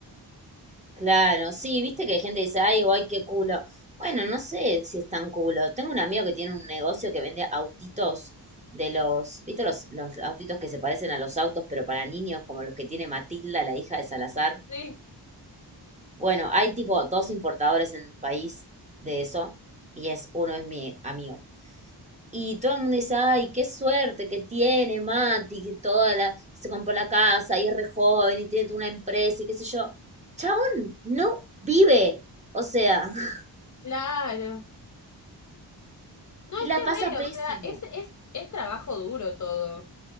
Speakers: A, on the right; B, on the left.
A: Claro, sí, viste que hay gente que dice, ay, ay, qué culo. Bueno, no sé si es tan culo. Tengo un amigo que tiene un negocio que vende autitos de los, viste los, los autitos que se parecen a los autos, pero para niños, como los que tiene Matilda, la hija de Salazar.
B: Sí,
A: Bueno, hay tipo dos importadores en el país de eso, y es, uno es mi amigo. Y todo el mundo dice, ay, qué suerte que tiene Mati, que toda la, se compró la casa y es re joven y tiene toda una empresa y qué sé yo. Chabón, no vive. O sea, <laughs>
B: claro. No,
A: y la
B: es que
A: pasa
B: re,
A: pésimo.
B: o sea, es, es, es trabajo duro todo.